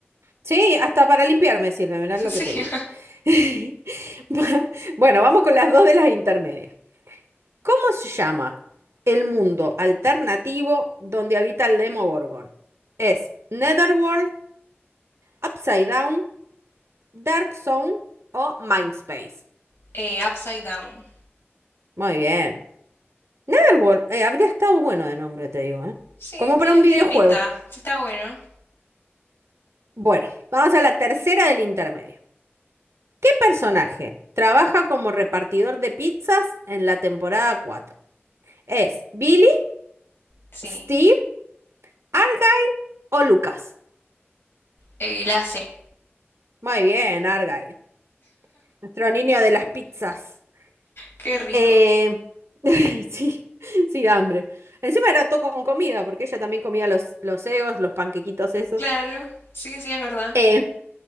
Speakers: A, on the right (about 90°); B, on the left (about 65°).
A: Sí, hasta para limpiarme sirve, mirá
B: Sí.
A: lo que te digo. <laughs> Bueno, vamos con las dos de las intermedias. ¿Cómo se llama el mundo alternativo donde habita el Demogorgon? ¿Es Netherworld, Upside Down, Dark Zone o Mindspace?
B: Eh, Upside Down.
A: Muy bien. Netherworld, eh, habría estado bueno de nombre, te digo, ¿eh?
B: Sí,
A: Como para
B: tiene,
A: un videojuego.
B: tiene pinta. Sí, está bueno.
A: Bueno, vamos a la tercera del intermedio. ¿Qué personaje trabaja como repartidor de pizzas en la temporada 4? ¿Es Billy,
B: Sí.
A: Steve, Argyle o Lucas?
B: Eh, la C.
A: Muy bien, Argyle. Nuestro niño de las pizzas.
B: Qué rico.
A: Eh, <laughs> sí, sí, da hambre. Encima era todo con comida, porque ella también comía los, los egos, los panquequitos esos.
B: Claro, sí, sí, es verdad.
A: Eh,